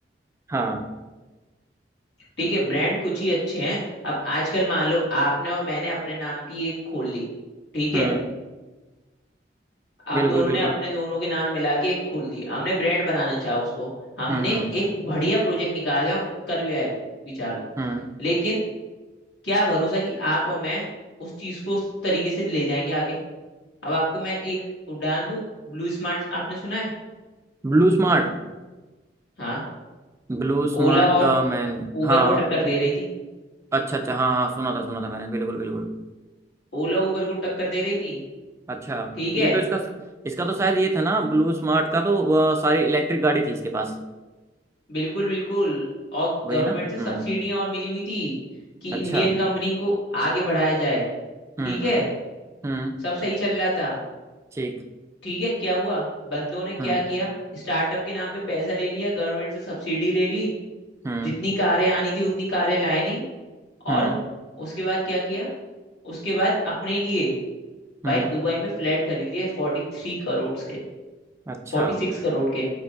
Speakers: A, on the right; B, on the left.
A: हाँ
B: ठीक है ब्रांड कुछ ही अच्छे हैं अब आजकल मान लो आपने और मैंने अपने नाम की एक खोल ली ठीक है
A: हम्म
B: हम
A: बिल्कुल
B: दोनों
A: बिल्कुल
B: ने अपने दोनों के नाम मिला के एक खोल दी हमने ब्रांड बनाना चाहा उसको हमने
A: हम्म हम्म
B: एक बढ़िया प्रोजेक्ट निकाला और कर भी आए भी चालू
A: हम्म
B: लेकिन क्या भरोसा कि आप और मैं उस चीज को उस तरीके से ले जाएंगे आगे अब आपको मैं एक उदाहरण दूं ब्लू स्मार्ट आपने सुना है
A: BluSmart
B: हाँ
A: ब्लू स्मार्ट
B: ओला और
A: का मैंने
B: उबर
A: हाँ
B: को टक्कर
A: ओ-
B: दे रही थी
A: अच्छा अच्छा हाँ हाँ सुना था सुना था मैंने बिल्कुल बिल्कुल
B: ओला उबर को टक्कर दे रही थी
A: अच्छा
B: ठीक है
A: ये तो इसका इसका तो शायद ये था ना ब्लू स्मार्ट का तो वह सारी इलेक्ट्रिक गाड़ी थी इसके पास
B: बिल्कुल बिल्कुल और
A: वही
B: गवर्नमेंट
A: ना
B: से सब्सिडियां
A: हम्म
B: और मिली हुई थी कि
A: अच्छा
B: इंडियन कंपनी को आगे बढ़ाया जाए ठीक
A: हम्म
B: है
A: हम्म हम्म
B: सब सही चल रहा था
A: ठीक
B: ठीक है क्या हुआ बंदों ने क्या
A: हम्म
B: किया स्टार्टअप के नाम पे पैसा ले लिया गवर्नमेंट से सब्सिडी ले ली
A: हम्म
B: जितनी कारें आनी थी उतनी कारें लाए नहीं
A: हम्म
B: और उसके बाद क्या किया उसके बाद अपने लिए भाई
A: हम्म
B: दुबई में फ्लैट खरीद लिए फोर्टी थ्री करोड़ के
A: अच्छा
B: फोर्टी सिक्स करोड़ के